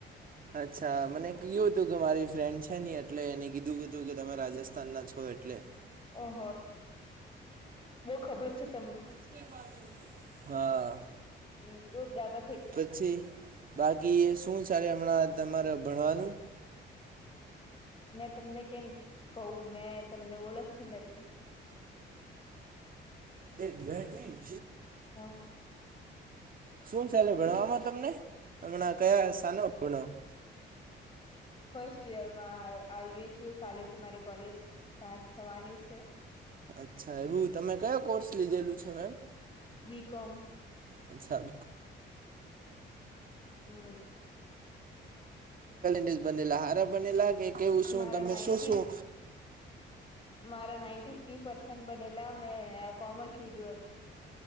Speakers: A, on the right (about 45°); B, on the left (about 25°).
A: અચ્છા મને કીયું હતું કે મારી ફ્રેન્ડ છે ન એટલે એને કીધું હતું કે તમે રાજસ્થાન ના છો- એવું એટલે <unintelligible>
B: ઓહ બહ ખબર છે. તમને-
A: ઇપ <unintelligible> હા-
B: હમ બુ ડાબ-
A: પછી બાકી શું ચાલે હમણાં તમારે ભણવાનું-
B: મેં તમને કેમ કહું મેં તમને ઓળખતી નથી-
A: એક બેટરી-
B: હા
A: શું ચાલે ભણવામાં તમને હમણાં કયા સાનો ભણાવ-
B: ફસ્ટ યરમાં આવી કાલેથી મારી કોલેજ ચાલુ - થવાની છે.
A: અચ્છા, એવું તમે કયા કોર્સ લીધેલું છે, મેમ?
B: બી. કોમ.
A: અચ્છા.
B: હમ
A: ન્ઝ બનેલા હારા બનેલા કે કેવું શું
B: મારા
A: તમે
B: નાઈન્ટી
A: શું શું?
B: મારા નાઈન્ટી થ્રી પસે બનેલા મેં કોમર્સ લીધું હતું.